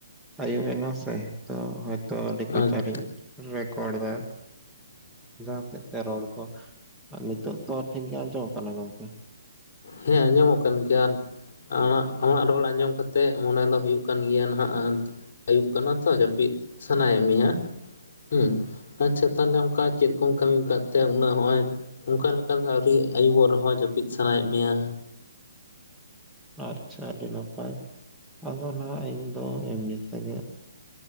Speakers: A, in the centre; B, on the left (about 50°).
A: ᱟᱭᱩᱵ ᱮᱱᱟ ᱥᱮ ᱛᱚ ᱦᱟᱭ ᱛᱚ ᱟᱹᱰᱤ ᱠᱚᱪᱟ
B: ᱟᱪᱪᱷᱟ
A: ᱨᱤᱧ ᱨᱮᱠᱚᱨᱰ ᱫᱟ ᱡᱟᱦᱟᱸᱛᱮ ᱨᱚᱲ ᱠᱚ ᱟᱨ ᱱᱤᱛᱚᱜ ᱛᱚ ᱴᱷᱤᱠ ᱜᱮ ᱟᱸᱡᱚᱢ ᱠᱟᱱᱟ ᱜᱚᱝᱠᱮ?
B: ᱦᱮᱸ ᱟᱸᱡᱟᱢᱚᱜ ᱠᱟᱱ ᱜᱮᱭᱟ, ᱟᱨ ᱟᱢᱟᱜ ᱟᱢᱟᱜ ᱨᱚᱲ ᱟᱸᱡᱚᱢ ᱠᱟᱛᱮᱜ ᱢᱚᱱᱮ ᱫᱚ ᱦᱩᱭᱩᱜ ᱠᱟᱱ ᱜᱮᱭᱟ ᱱᱟᱦᱟᱸᱜ ᱟᱭᱩᱵ ᱠᱟᱱᱟ ᱛᱚ ᱡᱟᱹᱯᱤᱫ ᱥᱟᱱᱟᱭᱮᱫ ᱢᱮᱭᱟ ᱦᱩᱸ ᱟᱪᱪᱷᱟ ᱛᱟᱦᱚᱞᱮ ᱚᱱᱠᱟ ᱪᱮᱫ ᱠᱚᱢ ᱠᱟᱹᱢᱤ ᱠᱟᱫ ᱛᱮ ᱩᱱᱟᱹᱜ ᱱᱚᱸᱜᱼᱚᱭ ᱚᱱᱠᱟ ᱞᱮᱠᱟ ᱫᱚ ᱟᱹᱣᱨᱤ ᱟᱹᱭᱩᱵᱚᱜ ᱨᱮᱦᱚᱸ ᱡᱟᱹᱯᱤᱫ ᱥᱟᱱᱟᱭᱮᱫ ᱢᱮᱭᱟ?
A: ᱟᱪᱪᱷᱟ ᱟᱹᱰᱤ ᱱᱟᱯᱟᱭ, ᱟᱫᱚ ᱱᱟᱦ ᱤᱧ ᱫᱚ ᱮᱢᱱᱤ ᱛᱮᱜᱮ